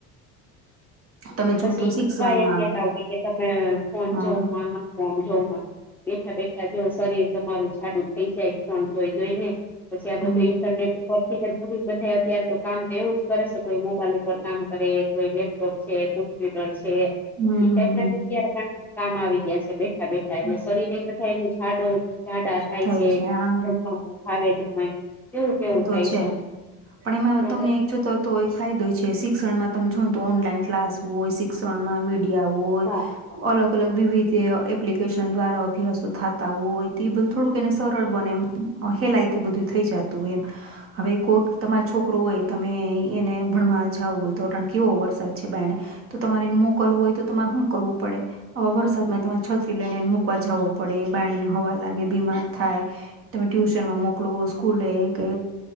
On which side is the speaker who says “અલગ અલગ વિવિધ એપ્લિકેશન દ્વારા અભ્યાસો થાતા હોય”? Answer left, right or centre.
Right